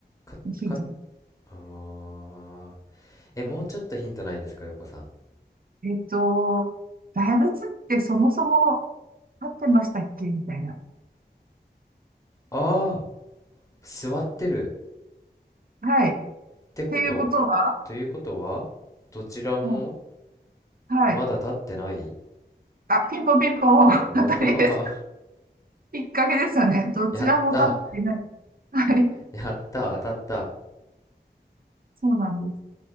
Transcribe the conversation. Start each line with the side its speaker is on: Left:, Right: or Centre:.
Left: か、
Right: ヒント。
Left: か、ああ、え、もうちょっとヒントないですか、横さん。
Right: えっと、大仏ってそもそも立ってましたっけみたいな。
Left: ああ、座ってる。
Right: はい。っ
Left: ってこと、
Right: ていうことは、
Left: ということは、どちらも
Right: うんはい。
Left: まだ立ってない
Right: あ、ピンポンピンポン、
Left: おお
Right: <laughs> 当たりです。きっかけですよね。
Left: <laughs>
Right: どちらも立ってない。
Left: やった、
Right: はい。
Left: やった、当たった。
Right: そうなんです。